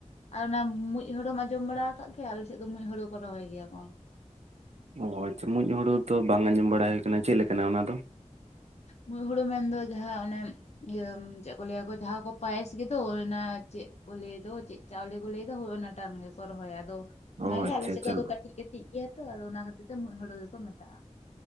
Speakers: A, on the left; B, on the right.
A: ᱟᱨ ᱚᱱᱟ ᱢᱩᱸᱡ ᱦᱩᱲᱩᱢ ᱟᱸᱡᱚᱢ ᱵᱟᱲᱟ ᱠᱟᱜ ᱜᱮᱭᱟ ᱟᱞᱮᱥᱮᱫ ᱫᱚ ᱢᱩᱸᱡ ᱦᱩᱲᱩ ᱠᱚ ᱨᱚᱦᱚᱭ ᱜᱮᱭᱟ ᱠᱚ᱾
B: ᱚ ᱟᱪᱪᱷᱟ ᱢᱩᱡ ᱦᱩᱲᱩ ᱛᱚ ᱵᱟᱝ ᱟᱸᱡᱚᱢ ᱵᱟᱲᱟ ᱦᱩᱭ ᱟᱠᱟᱱᱟ ᱚᱱᱟ ᱪᱮᱫ ᱞᱮᱠᱟᱱᱟ ᱚᱱᱟ ᱫᱚ?
A: ᱢᱩᱡ ᱦᱩᱲᱩ ᱢᱮᱱᱫᱚ ᱡᱟᱦᱟᱸ ᱚᱱᱮ ᱤᱭᱟᱹ ᱪᱮᱫ ᱠᱚ ᱞᱟᱹᱭᱟᱠᱚ ᱡᱟᱦᱟᱸ ᱠᱚ ᱯᱟᱭᱮᱥ ᱜᱮᱫᱚ ᱚᱱᱟ ᱪᱮᱫ ᱠᱚ ᱞᱟᱹᱭᱮᱫ ᱪᱮᱫ ᱪᱟᱣᱞᱮ ᱠᱚ ᱞᱟᱹᱭ ᱫᱚ ᱦ ᱚᱱᱟ ᱴᱟᱝ ᱜᱮᱠᱚ ᱨᱚᱦᱚᱭᱟ, ᱟᱫᱚ
B: ᱚ
A: ᱚᱱᱟᱜᱮ
B: ᱟᱪᱪᱷᱟ
A: ᱟᱞᱮ ᱥᱮᱫ
B: ᱟᱪᱪᱷᱟ
A: ᱫᱚᱫᱚ ᱠᱟᱹᱴᱤᱡ ᱠᱟᱹᱴᱤᱡ ᱜᱮᱭᱟ ᱛᱚ ᱟᱫᱚ ᱚᱱᱟ ᱠᱷᱟᱹᱛᱤᱨ ᱛᱮ ᱢᱩᱡ ᱦᱩᱲᱩ ᱜᱮᱠᱚ ᱢᱮᱛᱟᱜᱼᱟ᱾